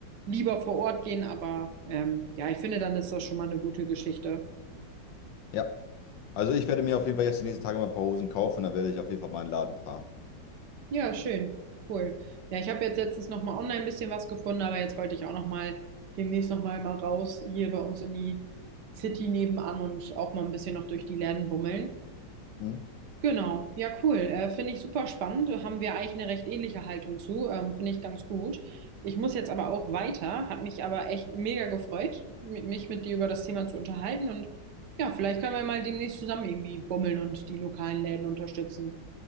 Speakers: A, on the right; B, on the left.
A: lieber vor Ort gehen, aber ähm, ja, ich finde, dann ist das schon mal eine gute Geschichte.
B: Ja. Also ich werde mir auf jeden Fall jetzt die nächsten Tage mal ein paar Hosen kaufen und dann werde ich auf jeden Fall mal in den Laden fahren.
A: Ja, schön, cool. Ja, ich habe jetzt letztens nochmal online ein bisschen was gefunden, aber jetzt wollte ich auch nochmal demnächst nochmal mal mal raus hier bei uns in die City nebenan und auch mal ein bisschen noch durch die Läden bummeln.
B: Hm?
A: Genau, ja, cool. Äh, finde ich super spannend. Da Haben wir eigentlich eine recht ähnliche Haltung zu. Ähm, finde ich ganz gut. Ich muss jetzt aber auch weiter. Hat mich aber echt mega gefreut, mit, mich mit dir über das Thema zu unterhalten. Und ja, vielleicht können wir mal demnächst zusammen irgendwie bummeln und die lokalen Läden unterstützen.